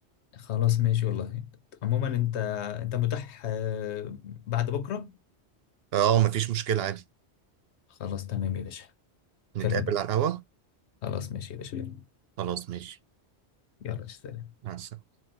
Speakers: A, on the left (about 80°); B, on the right (about 70°).
A: خلاص ماشي والله عموما انت انت متاح آه، بعد بكرة
B: اه مفيش مشكلة عادي
A: خلاص تمام يا باشا
B: نتقابل
A: أكلمك
B: على القهوة
A: خلاص ماشي يا باشا يلا
B: خلاص ماشي
A: يلا، سلام
B: مع السلامة